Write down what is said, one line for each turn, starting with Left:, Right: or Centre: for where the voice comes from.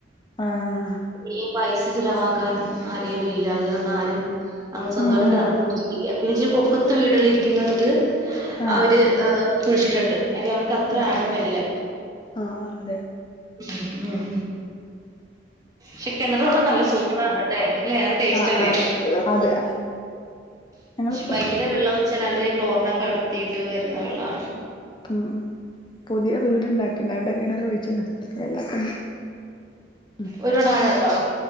Left: ആഹ്
Right: ഇനീം പൈസ ചെലവാക്കാൻ ആരേലുല്ല അത്കാരണം ആരും അങ്ങനെ സ്വന്തട്ടൊരു
Left: ഉം ഉം
Right: കെണറ് കുഴിച്ച രിക്ക പിന്നച്ചിരി പൊക്കത്ത് വീടുകളിരിക്കുന്നവർക്ക്
Left: ആഹ്
Right: അവര് എഹ് കുഴിച്ചിട്ടുണ്ട് കാര്യം അവർക്ക ത്ര
Left: അതെ
Right: ആഴം വരില്ല
Left: ആഹ് അതെ
Right: ഉം ഉം ഷെ കെണറ് വെള്ളം നല്ല സൂപ്പറന്നട്ടെ അല്ലേ നല്ല ടേസ്റ്റല്ലേ
Left: ആഹ് ആഹ് അതെ ഞങ്ങളിപ്പം
Right: പൈപ്പിലെ വെള്ളന്ന്ച്ചാലവര് ക്ലോറിനൊക്കെ അടത്തിയിട്ട് വെരുന്ന വെള്ളാണ്
Left: ഉം ഉം പുതിയ വീടുണ്ടാ ക്ക്ണ്ട് അവിടെ കിണറ് കുഴിച്ച്ണ് വെള്ളൊക്കെണ്ട് മ്
Right: ഒരുപാടാഴൊണ്ടോ